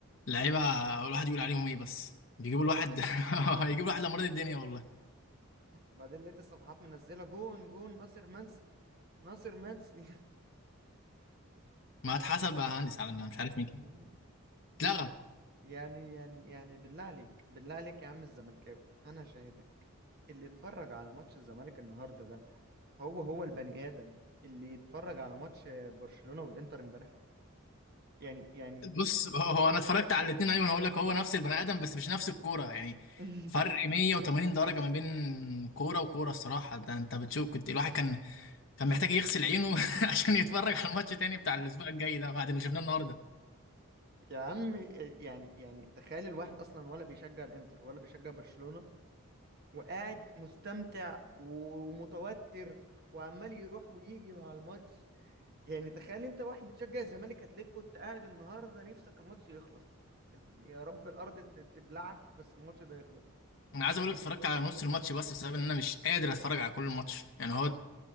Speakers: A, on the left (about 60°); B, on the right (about 45°).
A: لعيبه الواحد يقول عليهم ايه بس بيجيبوا الواحد <laughs> هيجيبوا الواحد لمريض الدنيا والله
B: بعدين لقيت الصفحات منزله جون جون ناصر منسي ناصر منسي
A: ما هتحسب يا هندس على إنها مش عارف مين كده.
B: <laughs>
A: اتلغى
B: يعني يعني يعني بالله عليك بالله عليك يا عم الزملكاوي انا شاهدك اللي اتفرج على ماتش الزمالك النهارده ده هو هو البني ادم اللي يتفرج على ماتش برشلونة والانتر امبارح يعني يعني
A: بص هو هو انا اتفرجت على الاثنين ايوه انا هقول لك هو نفس البني ادم بس مش نفس الكوره يعني
B: <laughs>
A: فرق 180 درجه ما بين كوره وكوره الصراحه ده انت بتشوف كنت الواحد كان كان محتاج يغسل عينه <laughs> عشان يتفرج على الماتش تاني بتاع الاسبوع الجاي ده بعد اللي شفناه النهارده
B: يا عم يعني يعني تخيل الواحد اصلا ولا بيشجع الانتر ولا بيشجع برشلونة وقاعد مستمتع ومتوتر وعمال يروح ويجي مع الماتش يعني تخيل انت واحد بتشجع الزمالك هتلاقيك كنت قاعد النهارده نفسك الماتش يخلص ال- يا رب الارض ت- تبلعك بس الماتش ده يخلص
A: انا عايز اقول لك اتفرجت على نص الماتش بس بسبب ان انا مش قادر اتفرج على كل الماتش يعني هو